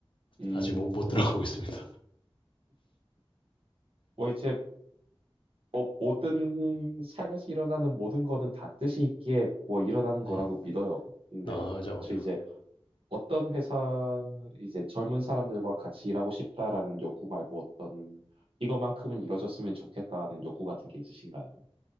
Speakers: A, on the right; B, on the left.
A: 음,
B: 아직 못, 못
A: 네네.
B: 들어가고 있습니다.
A: 뭐 이제 뭐 모든 삶에서 일어나는 모든 거는 다 뜻이 있기에 뭐 일어나는
B: <laughs>
A: 거라고
B: 네.
A: 믿어요. 근데
B: 나그자고죠
A: 저 이제 어떤 회사 이제 젊은 사람들과 같이 일하고 싶다라는 욕구 말고 어떤 이거만큼은 이뤄졌으면 좋겠다는 욕구 같은 게 있으신가요?